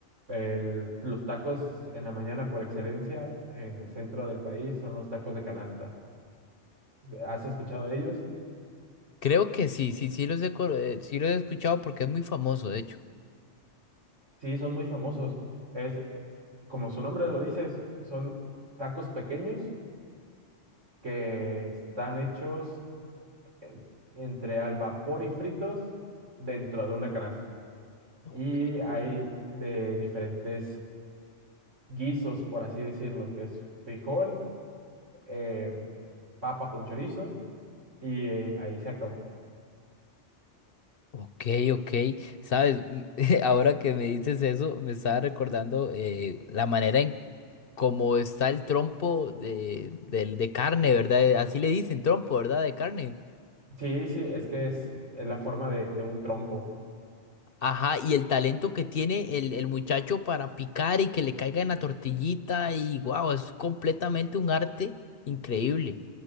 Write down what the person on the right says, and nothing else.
El- los tacos en la mañana por excelencia en el centro del país son los tacos de canasta. ¿Has escuchado de ellos?
Sí, son muy famosos. Es, como su nombre lo dice, es- son tacos pequeños que están hechos eh, entre al vapor y fritos dentro de una canasta.
Y hay de diferentes guisos, por así decirlo, que es frijol, eh, papa con chorizo y eh, ahí se acabó.
Sí, sí, es que es, es la forma de, de un trompo.